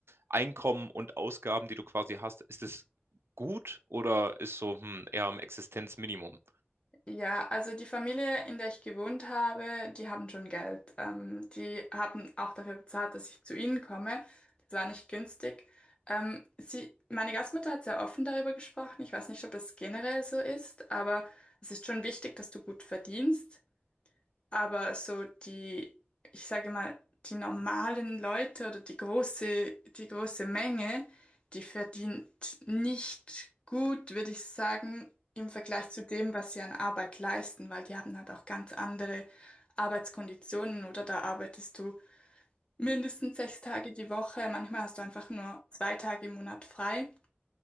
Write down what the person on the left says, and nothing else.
Ja, also die Familie, in der ich gewohnt habe, die haben schon Geld. Ähm, die haben auch dafür bezahlt, dass ich zu ihnen komme. Das war nicht günstig. Ähm, sie, meine Gastmutter hat sehr offen darüber gesprochen. Ich weiß nicht, ob das generell so ist, aber es ist schon wichtig, dass du gut verdienst. Aber so die, ich sage mal, die normalen Leute oder die große, die große Menge, die verdient nicht gut, würde ich sagen, im Vergleich zu dem, was sie an Arbeit leisten, weil die haben halt auch ganz andere Arbeitskonditionen oder da arbeitest du mindestens sechs Tage die Woche, manchmal hast du einfach nur zwei Tage im Monat frei.